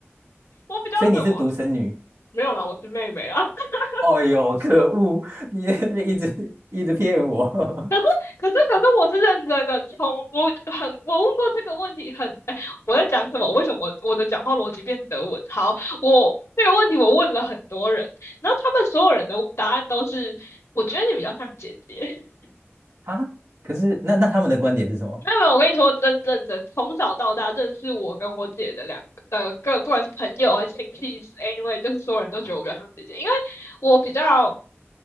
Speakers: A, on the left; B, on the right.
A: 我比较怎我
B: 所以你是独生女。
A: 没有啦，我是妹妹啊。<laughs>
B: 哦呦，可恶！你在这边一直一直骗我 <laughs>
A: 可是可是可是我是认真的，从我很我问过这个问题很，哎，我在讲什么？为什么我我的讲话逻辑变德文？好，我这个问题我问了很多人，然后他们所有人的答案都是，我觉得你比较像姐姐。
B: 哈，可是那那他们的观点是什么？
A: 没有没有，我跟你说，真认真，从小到大认识我跟我姐的两个呃各，不管是朋友还是亲戚，anyway，就是所有人都觉得我比较像姐姐，因为我比较